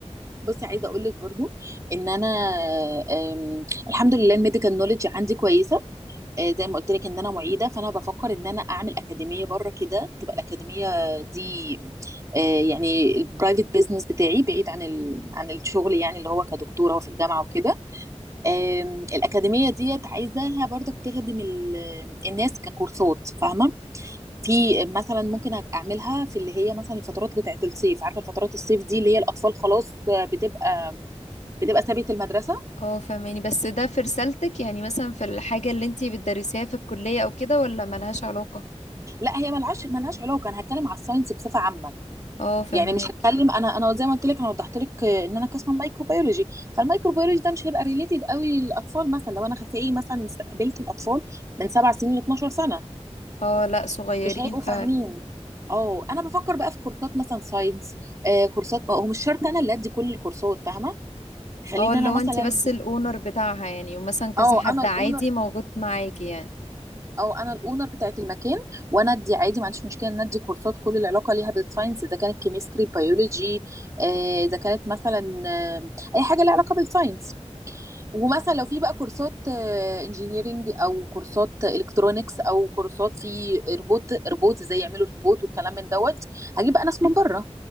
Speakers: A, on the right (about 30°); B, on the left (about 85°).
A: بصي عايزه اقول لك برضو ان انا أم، الحمد لله الميديكال نولج عندي كويسه آه، زي ما قلت لك ان انا معيده فانا بفكر ان انا اعمل اكاديميه بره كده تبقى الاكاديميه دي آه، يعني البرايفت بيزنس بتاعي بعيد عن ال... عن الشغل يعني اللي هو كدكتوره وفي الجامعه وكده آم، الاكاديميه ديت عايزاها برضك تخدم ال... الناس ككورسات فاهمه في مثلا ممكن هك- اعملها في اللي هي مثلا الفترات بتاعت الصيف عارفه الفترات الصيف دي اللي هي الاطفال خلاص بتبقى بتبقى سابت المدرسه
B: اه فاهماني بس ده في رسالتك يعني مثلا في الحاجة اللي انت بتدرسيها في الكلية او كده ولا ملهاش علاقة
A: لا هي ملهاش ملهاش علاقه انا هتكلم على الساينس بصفه عامه
B: اه فاهماك
A: يعني مش هتكلم انا انا زي ما قلت لك انا وضحت لك ان انا قسم مايكروبيولوجي فالمايكروبيولوجي ده مش هيبقى ريليتد قوي للاطفال مثلا لو انا خفي مثلا استقبلت الاطفال من سبع سنين ل 12 سنه
B: اه لا صغيرين
A: مش هيبقوا
B: فعلا
A: فاهمين اه انا بفكر بقى في كورسات مثلا ساينس آه كورسات هو مش شرط انا اللي ادي كل الكورسات فاهمه خليني
B: اه اللي
A: انا
B: هو
A: مثلا
B: انت بس الاونر بتاعها يعني ومثلا كذا
A: اه
B: حد
A: انا الاونر
B: عادي موجود معاكي يعني
A: او انا الاونر بتاعت المكان وانا ادي عادي ما عنديش مشكله ان ادي كورسات كل العلاقه ليها بالساينس اذا كانت كيمستري بيولوجي آه، اذا كانت مثلا آه، اي حاجه ليها علاقه بالساينس ومثلا لو في بقى كورسات انجينيرينج او كورسات الكترونكس او كورسات في روبوت روبوت ازاي يعملوا روبوت والكلام من دوت هجيب بقى ناس من بره